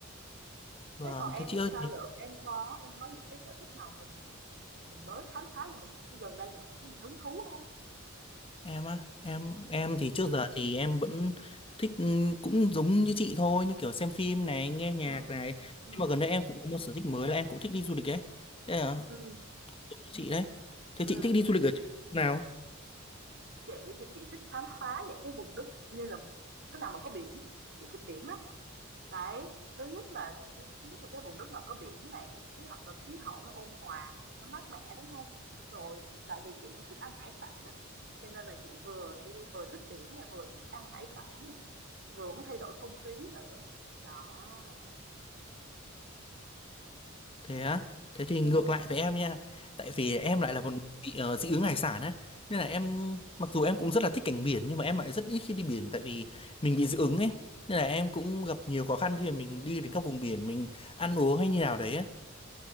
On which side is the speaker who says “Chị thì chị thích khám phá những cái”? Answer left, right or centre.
Right